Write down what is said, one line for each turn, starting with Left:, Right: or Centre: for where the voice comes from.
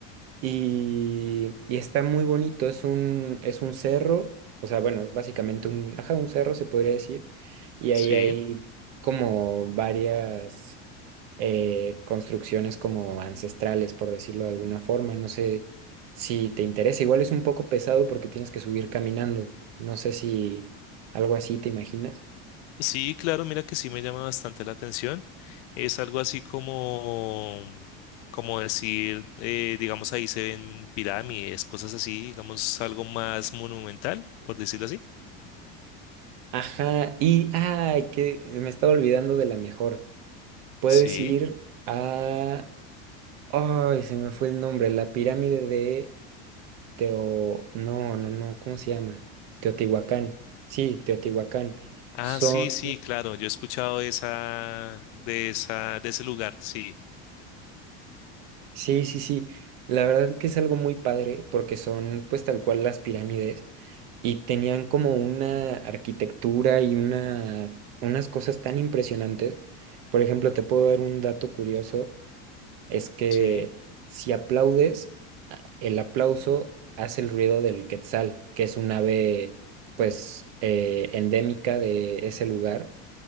Right: y, y está muy bonito, es un, es un cerro, o sea, bueno, es básicamente un, ajá, un cerro se podría decir, y ahí
Left: sí.
Right: hay como varias eh, construcciones como ancestrales, por decirlo de alguna forma, no sé si te interesa, igual es un poco pesado porque tienes que subir caminando, no sé si algo así te imaginas.
Left: Sí, claro, mira que sí me llama bastante la atención. Es algo así como, mm, como decir, eh, digamos, ahí se ven pirámides, cosas así, digamos, algo más monumental, por decirlo así.
Right: Ajá, y, ay, que me estaba olvidando de la mejor, puedes
Left: Sí.
Right: ir a... Ay, se me fue el nombre, la pirámide de Teo... No, no, no, ¿cómo se llama? Teotihuacán. Sí, Teotihuacán.
Left: Ah,
Right: Son...
Left: sí, sí, claro, yo he escuchado de esa, de esa, de ese lugar, sí,
Right: Sí, sí, sí. La verdad que es algo muy padre porque son pues tal cual las pirámides y tenían como una arquitectura y una... unas cosas tan impresionantes. Por ejemplo, te puedo dar un dato curioso, es que
Left: sí,
Right: si aplaudes el aplauso hace el ruido del quetzal, que es un ave, pues, eh, endémica de ese lugar.